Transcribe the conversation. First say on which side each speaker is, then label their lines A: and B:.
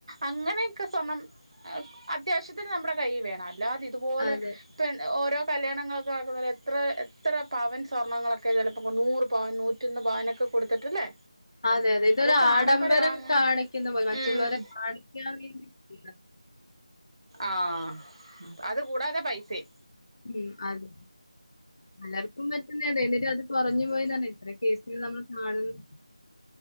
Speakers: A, on the right; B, on the left.
A: അങ്ങനെയൊക്കെ സ്വർണം അത്യാവശ്യത്തിന് നമ്മുടെ കൈ വേണം അല്ലാതെ ഇതുപോലെ
B: അതെ.
A: ഓരോ കല്യാണങ്ങളൊക്കെ ആക്കുന്നു എത്ര എത്ര പവൻ സ്വർണങ്ങളൊക്കെ ചിലപ്പോൾ നൂറ് പവൻ നൂറ്റി നൂറ്റൊന്ന് പാവനൊക്കെ കൊടുത്തിട്ടല്ലേ
B: അതെ അതെ ഇതൊരു
A: അതൊക്കെ
B: ആഡംബരം
A: ആഡംബരമാണ്
B: കാണിക്കുന്ന പോലെ മറ്റുള്ളവരെ
A: ഉം
B: കാണിക്കാൻ വേണ്ടി <inaudible>
A: ആഹ് അതുകൂടാതെ പൈസേം
B: ഉം അതെ പലർക്കും പറ്റുന്ന അത് എട്ടും അത് കുറഞ്ഞുപോയിന്ന്പറഞ്ഞ് എത്ര കേസുകൾ നമ്മൾ കാണുന്നു <inaudible>